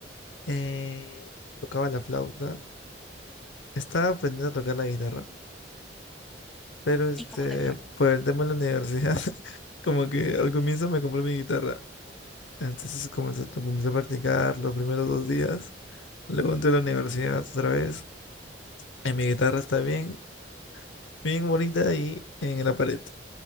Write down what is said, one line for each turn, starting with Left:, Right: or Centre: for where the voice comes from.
Left: Eh, tocaba la flauta, estaba aprendiendo a tocar la guitarra, pero este,
Centre: ¿Y cómo te fue?
Left: por el tema de la universidad, <laughs> como que al comienzo me compré mi guitarra, entonces comencé, comencé a practicar los primeros dos días, luego entré a la universidad otra vez. en mi guitarra está bien, bien bonita y en la pared.